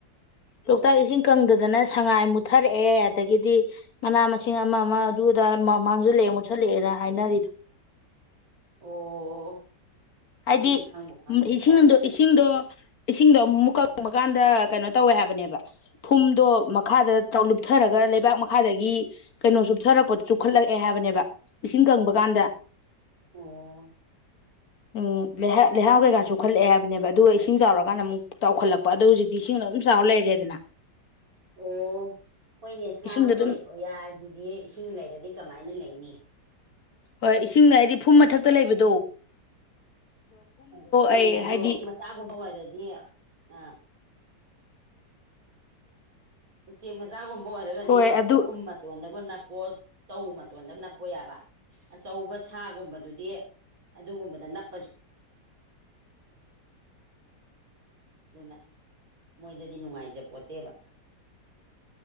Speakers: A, on the left (about 60°); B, on the right (about 55°).
A: ꯂꯣꯛꯇꯥꯛ ꯏꯁꯤꯡ ꯀꯪꯗꯗꯅ ꯑꯗꯨꯅ ꯁꯉꯥꯏ ꯃꯨꯠꯊꯔꯛꯑꯦ ꯑꯗꯒꯤꯗꯤ ꯃꯅꯥ ꯃꯁꯤꯡ ꯑꯃ ꯑꯃ ꯑꯗꯨꯗ ꯃꯥꯡꯁꯤꯜꯂꯛꯑꯦ ꯃꯨꯠꯁꯜꯂꯛꯑꯦꯅ ꯍꯥꯏꯅꯔꯤꯗꯣ
B: ꯑꯣ
A: ꯍꯥꯏꯗꯤ
B: ꯑꯩꯗꯤ ꯈꯪꯕꯨ ꯈꯪꯗ꯭ꯔꯦ
A: ꯏꯁꯤꯡꯅꯨꯡꯗꯣ ꯏꯁꯤꯡ ꯏꯁꯤꯡꯗꯣ ꯏꯁꯤꯡꯗꯣ ꯑꯃꯨꯛ ꯀꯪꯕ ꯀꯥꯟꯗ ꯀꯩꯅꯣ ꯇꯧꯋꯦ ꯍꯥꯏꯕꯅꯦꯕ ꯐꯨꯝꯗꯣ ꯃꯈꯥꯗ ꯂꯨꯞꯊꯔꯒ ꯂꯩꯕꯥꯛ ꯃꯈꯥꯗꯒꯤ ꯀꯩꯅꯣ ꯆꯨꯞꯊꯔꯛꯄꯗ ꯆꯨꯞꯈꯠꯂꯛꯑꯦ ꯍꯥꯏꯕꯅꯦꯕ ꯏꯁꯤꯡ ꯀꯪꯕ ꯀꯥꯟꯗ
B: ꯑ
A: ꯎꯝ ꯂꯩꯍꯥꯎ ꯀꯩꯀꯥꯁꯨꯈꯠꯂꯛꯑꯦ ꯍꯥꯏꯕꯅꯦꯕ ꯑꯗꯨꯒ ꯏꯁꯤꯡ ꯆꯥꯎꯔꯀꯥꯟꯗ ꯑꯃꯨꯛ ꯆꯥꯎꯈꯠꯂꯛꯄ ꯑꯗꯨꯗ ꯍꯧꯖꯤꯛꯇꯤ ꯏꯁꯤꯡꯗ ꯑꯗꯨꯝ ꯆꯥꯎꯔ ꯂꯩꯔꯦꯗꯅ
B: ꯑꯣ ꯍꯣꯏꯅꯦ ꯁꯥ
A: ꯏꯁꯤꯡꯗꯣ
B: ꯎꯆꯦꯛ
A: ꯑꯗꯨꯝ
B: ꯑꯣꯌꯥꯁꯤꯗꯤ ꯏꯁꯤꯡ ꯂꯩꯔꯗꯤ ꯀꯃꯥꯏꯅ ꯂꯩꯅꯤ
A: ꯍꯣꯏ ꯏꯁꯤꯡꯅ ꯍꯥꯏꯗꯤ ꯐꯨꯝ ꯃꯊꯛꯇ ꯂꯩꯕꯗ
B: ꯎ ꯍꯣꯏ
A: ꯑꯩ
B: ꯃ ꯑꯗꯣ
A: ꯍꯥꯏꯗꯤ
B: ꯃꯆꯥꯒꯨꯝꯕ ꯑꯣꯏꯔꯗꯤ ꯌꯦꯌꯦ ꯑ ꯎ ꯎꯆꯁꯤ ꯃꯁ ꯆꯥꯒꯨꯝꯕ ꯑꯣꯏꯔꯒꯗꯤ
A: ꯍꯣꯏ ꯑꯗꯨ
B: ꯐꯨꯝ ꯃꯇꯣꯟꯗꯕꯨ ꯅꯞ ꯄꯣꯠ ꯇꯧ ꯃꯇꯣꯟꯗ ꯅꯞꯄ ꯌꯥꯕ ꯑꯆꯧꯕ ꯁꯥꯒꯨꯝꯕꯗꯨꯗꯤ ꯑꯗꯨꯒꯨꯝꯕꯗ ꯅꯞꯄꯁꯨ ꯑꯗꯨꯅ ꯃꯣꯏꯗꯗꯤ ꯅꯨꯡꯉꯥꯏꯖꯄꯣꯠꯇꯦꯕ